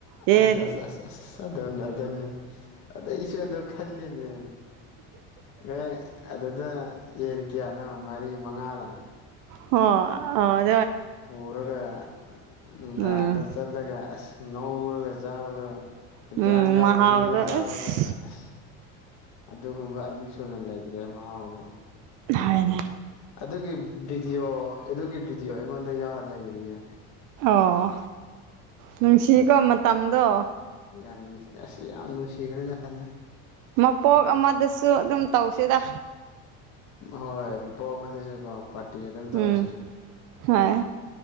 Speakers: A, on the right; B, on the left.
A: ꯌꯦꯟ
B: ꯑꯁ ꯑꯁ ꯑꯁ ꯑꯁ ꯑꯗꯨꯅꯤ ꯑꯗꯨꯅꯤ ꯑꯗꯩꯁꯨ ꯑꯗꯨ ꯈꯜꯂꯤꯅꯦ ꯈꯣꯏ ꯑꯗꯨꯗ ꯌꯦꯟ ꯀꯌꯥꯅꯣ ꯃꯔꯤ ꯃꯉꯥꯂꯣ
A: ꯍꯣ ꯑ
B: ꯄꯨꯔꯒ ꯅꯨꯡꯗꯥꯡꯗ
A: ꯎꯝ
B: ꯆꯠꯂꯒ ꯑꯁ ꯉꯧꯔꯒ ꯆꯥꯕꯗꯣ ꯏꯟꯖꯥꯡ
A: ꯎꯝ
B: ꯌꯥꯎꯗꯕꯤꯗ
A: ꯃꯍꯥꯎꯗꯣ ꯑꯁ
B: ꯆꯥꯕꯗꯣ ꯑꯁ ꯑꯗꯨꯒꯨꯝꯕ ꯑꯅꯤꯁꯨ ꯁꯨꯅ ꯂꯩꯇ꯭ꯔꯦ ꯃꯍꯥꯎꯗꯣ
A: ꯍꯣꯢꯅꯦ
B: ꯑꯗꯨꯒꯤ ꯚꯤꯗꯤꯑꯣ ꯑꯗꯨꯒꯤ ꯚꯤꯗꯤꯑꯣ ꯑꯩꯉꯣꯟꯗ ꯌꯥꯎꯔ ꯂꯩꯔꯤꯌꯦ
A: ꯑꯣ ꯅꯨꯡꯁꯤꯀꯣ ꯃꯇꯝꯗꯣ
B: ꯌꯥꯝ ꯅꯨꯡꯁꯤ ꯑꯁ ꯌꯥꯝ ꯅꯨꯡꯁꯤꯈ꯭ꯔꯦ ꯖꯥꯠꯅꯤ
A: ꯃꯄꯣꯛ ꯑꯃꯗꯁꯨ ꯑꯗꯨꯝ ꯇꯧꯁꯤꯗ
B: ꯍꯣꯏ ꯃꯄꯣꯛ ꯑꯃꯗꯁꯨꯀꯣ ꯄꯥꯔꯇꯤ ꯑꯗꯨꯝ ꯇꯧꯁꯦ
A: ꯎꯝ ꯍꯣꯏ